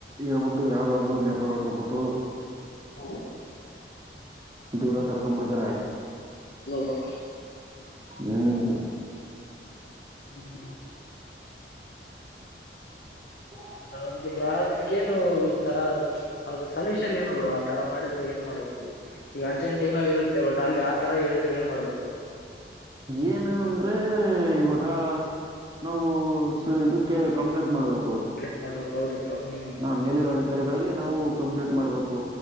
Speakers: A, on the right; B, on the left.
A: ಹೇಳ್ಬಿಟ್ಟು ಯಾವ್ದಾದ್ರು ನೆಪ ಹಳ್ಕೊಬಿಟ್ಟು.
B: ಹೂ ಬ್ರೋ.
A: ದೂರ ಸರ್ಕಂಬಿಡ್ತಾರೆ
B: ಬ್ರೋ
A: ಹ್ಮ್.
B: <inaudible>
A: <inaudible>
B: ಹದು ಬ್ರ ಅದಕ್ಕೇನು ಒಂದ್ ತರ. ಅದು ಸಲ್ಯೂಷನ್ ಏನು ಬ್ರೋ ಆ ತರ ಮಾಡಿದ್ರೆ ಏನ್ ಮಾಡ್ಬೇಕು. ಈಗ ಅರ್ಜೆಂಟ್ ಏನೋ ಇರುತ್ತೆ ಬಟ್ ಅಲ್ಲಿ ಆ ತರ ಹೇಳಿದ್ರೆ ಏನ್ ಮಾಡ್ಬೇಕು.
A: ಏನು ಅಂದ್ರೆ ಇವಾಗ. ನಾವು ಸ ಇದುಕ್ಕೆ ಕಂಪ್ಲೀಂಟ್ ಮಾಡ್ಬೇಕು.
B: ಕಂಪ್ಲೇಂಟ್ ಮಾಡ್ಬೇಕ್ ಹೌದು ಬ್ರೊ, ಹ್ಮ
A: ಆ ಮೇಲಿರೋ ಅಧಿಕಾರಿಗಳಿಗೆ ನಾವು ಕಂಪ್ಲೇಂಟ್ ಮಾಡ್ಬೇಕು.